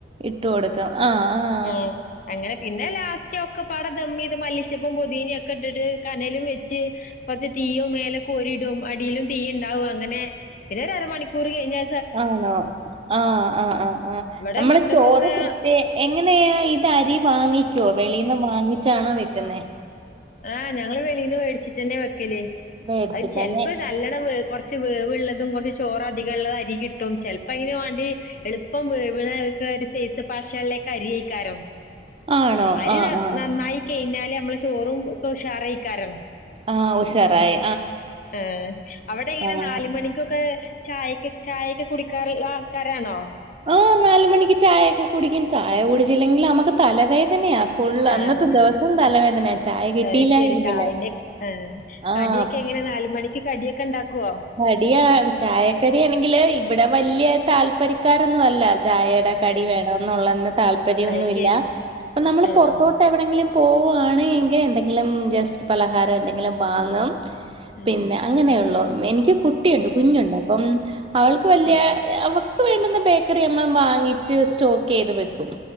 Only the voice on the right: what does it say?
ഇട്ട് കൊടുക്കും ആഹ് ആഹ്
ആണോ ആഹ് ആഹ് ആഹ് ആഹ്
നമ്മള്
ചോറ് കൃത്യ എങ്ങനെയാ ഇത് അരി വാങ്ങിക്കോ വെളീന്ന് വാങ്ങിച്ചാണോ വെക്കുന്നേ?
മേടിച്ചിട്ട്
തന്നെ
ആണോ
ആഹ് ആഹ്
ആഹ് ഉഷാറായി.
ആഹ്
ആഹ്
ആഹ് നാല് മണിക്ക് ചായെക്കെ കുടിക്കും ചായ കുടിച്ചില്ലെങ്കില് നമ്മക്ക് തലവേദനയാ. ഫുള്ള്
അന്നത്തെ ദിവസം തലവേദനയാ ചായ കിട്ടീല്ല
എങ്കില്.
ആഹ്
കടിയാ ചായക്കടി ആണെങ്കില് ഇവ്ടെ വല്ല്യെ താല്പര്യക്കാരൊന്നും അല്ല ചായ കടി
വേണംന്നുള്ളത്ര താല്പര്യൊന്നും
ഇല്ല അപ്പൊ നമ്മള്
പൊറത്തോട്ട് ത്തെവിടെങ്കിലും പോവാണ് എങ്കെ എന്തെങ്കിലും ജസ്റ്റ് പലഹാരം എന്തെങ്കിലും വാങ്ങും.
പിന്നെ അങ്ങനെയൊള്ളൂ എനിക്ക് കു കുട്ടിയുണ്ട്
കുഞ്ഞുണ്ട് അപ്പം അവൾക്ക് വല്ല്യ
അവ ക്ക് വേണ്ടുന്ന ബേക്കറി നമ്മള് വാങ്ങിച്ച് സ്റ്റോക്ക് ചെയ്ത് വെക്കും.